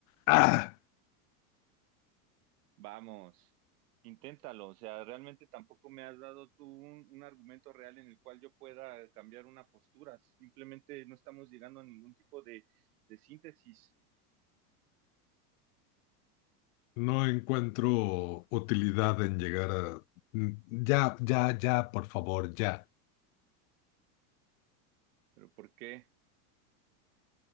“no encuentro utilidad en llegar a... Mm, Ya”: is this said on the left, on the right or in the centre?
Left